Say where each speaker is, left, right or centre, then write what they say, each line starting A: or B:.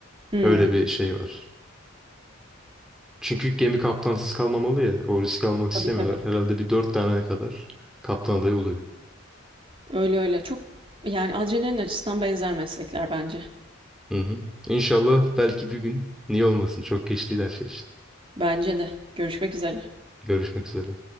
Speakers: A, on the right; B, in the centre.
A: Hmm,
B: Öyle bir şey var. Çünkü gemi kaptansız kalmamalı ya o riski almak
A: tabii
B: istemiyorlar.
A: tabii.
B: Herhalde bir dört tane kadar kaptan adayı oluyor.
A: Öyle öyle. Çok yani adrenalin açısından benzer meslekler bence.
B: Hı hı. İnşallah belki bir gün niye olmasın çok geç değil her şey için.
A: Bence de. Görüşmek üzere.
B: Görüşmek üzere.